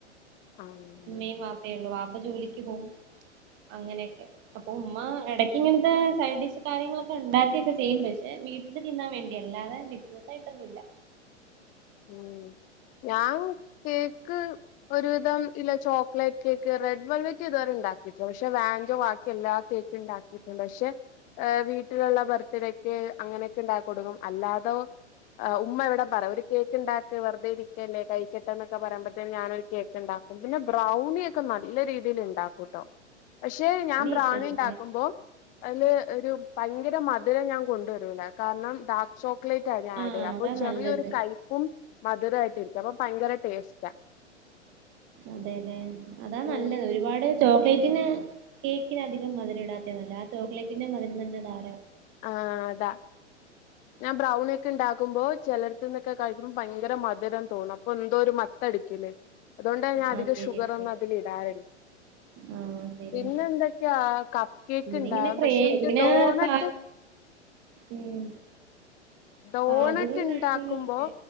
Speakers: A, on the left; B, on the right.
A: ആഹ്
B: ഉമ്മയും വാപ്പയേ ഉള്ളൂ, വാപ്പ ജോലിക്ക് പോവും. അങ്ങനെയൊക്കെ, അപ്പൊ ഉമ്മ ഇടയ്ക്ക്, ഇങ്ങനത്തെ സൈഡ് ഡിഷ് കാര്യങ്ങളൊക്കെ ഉണ്ടാക്കിയൊക്കെ ചെയ്യും. പക്ഷെ, വീട്ടില് തിന്നാൻ വേണ്ടി അല്ലാതെ ബിസിനസായിട്ടൊന്നും ഇല്ല.
A: ഉം ഞാൻ കേക്ക് ഒരുവിധം ഇല്ല ചോക്ലേറ്റ് കേക്ക് റെഡ് വെൽവേറ്റ് ഇതുവര ഉ ഉണ്ടാക്കിയിട്ട പക്ഷെ വാഞ്ചോ ബാക്കി എല്ലാത്തേക്ക് ഉണ്ടാക്കിട്ടുണ്ട്. പക്ഷെ വീട്ടിലുള്ള ബർത്ഡേക്ക് അങ്ങനെയൊക്കെ ഉണ്ടാക്കി കൊടുക്കും അല്ലാതോ ആ ഉമ്മ എവിടെ പറവ കേക്ക് ഉണ്ടാക്ക് വെറുതെ ഇരിക്കല്ലേ കഴിക്കട്ടെന്നൊക്കെ പറയുമ്പഴത്തേ ഞാനൊരു കേക്ക് ഇണ്ടാക്കും. പിന്നെ ബ്രൗണി ഒക്കെ നല്ല രീതിയിൽ ഇണ്ടാക്കൂട്ടോ. പക്ഷെ ഞാൻ ബ്രൗണി
B: ഒക്കെ ആക്കിക്കൂടെ
A: ഉണ്ടാക്കുമ്പോ അതില് ഒരു പ ഭയങ്കര മധുരം ഞാൻ കൊണ്ടുവരൂല്ല. കാരണം ഡാർക്ക് ചോക്ലേറ്റ് ആ ഞാൻ
B: ആഹ്
A: ആഡ് ചെയ്യ അപ്പോ
B: അതാ
A: ചെറിയോരു
B: നല്ലത്
A: കൈപ്പ മധുരമായിട്ടിരിക്ക അപ്പൊ ഭയങ്കര ടേസ്റ്റ. ആ
B: അതെല്ലെ അതാ നല്ലത്
A: ഉം
B: ഒരുപാട് ചോക്ലേറ്റിന് കേക്കിനധികം മധുര ഇടാത്തെ നല്ലത്, ആ ചോക്ലേറ്റിന്റെ മധുരം തന്നെ ധാ
A: ആ അതാ ഞാൻ ബ്രൗണിക്കെ ഒണ്ടാക്കുമ്പോ ചിലരത്തിന്നൊക്കെ കഴിക്കുമ്പോ ഭയങ്കര മധുരം തോന്നും. അപ്പൊ എന്തോ ഒരു മത്ത അടിക്കൂലേ അതുകൊണ്ട് ഞാൻ അധികം
B: ആഹ് ശരിയാ
A: ഷുഗർ
B: ശരി
A: ഒന്നും അതില് ഇടാറില്ല.
B: ആഹ് ശരിയാ
A: പിന്നെ എന്തൊക്കെയാ കപ്പ് കേക്ക്
B: പിന്നെ
A: ഇണ്ടാവും,
B: ഇങ്ങനെ ക്രേ
A: പക്ഷെ എനിക്ക്
B: ഇങ്ങനെ
A: ഡോണറ്റ്
B: പാ ഉം
A: ഡോണറ്റ്
B: പാചകം കാര്യങ്ങളൊക്കെ
A: ഇണ്ടാക്കുമ്പോ